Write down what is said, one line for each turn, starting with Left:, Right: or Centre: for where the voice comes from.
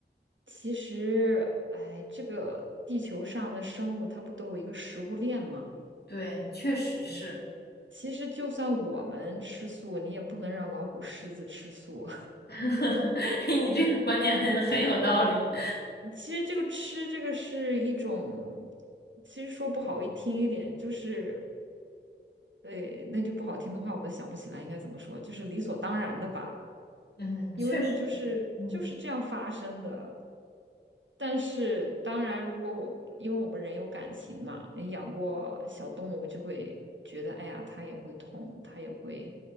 Right: 其实哎，这个地球上的生物它不都有一个食物链吗？
Left: 对，确实是，
Right: 其实就算我们吃素，你也不能让老虎、狮子吃素。
Left: <laughs> 你这个观点很很有道理。
Right: 其实这个吃这个是一种，其实说不好一听一点，就是，呃，那句不好听的话，我都想不起来应该怎么说，就是理所当然的吧，
Left: 嗯，
Right: 因为那就是就是这样发生的。
Left: 确实，嗯，
Right: 但是当然，如果我因为我们人有感情嘛，你养过小动物就会觉得，哎呀，它也会痛，它也会